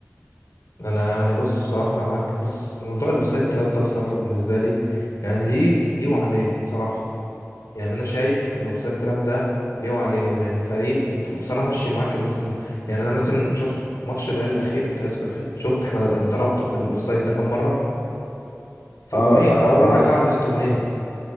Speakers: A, on the left (about 90°); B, on the left (about 60°).
A: انا يعني بص بصراحه انا معاك بص موضوع الاوفسايد تراب ده بصراحه بالنسبه لي يعني ليه ليه وعليه بصراحه يعني انا شايف ان الاوفسايد تراب ده ليه وعليه يعني الفريق انت بصراحه ماشي معاك الموسم ده يعني انا مثلا شفت ماتش الريال الاخير الكلاسيكو الاخير شفت احنا اتضربته في الاوفسايد ده كام مره في
B: اه
A: الجونين
B: ده
A: او
B: بلا
A: ربع ساعه لبست جونين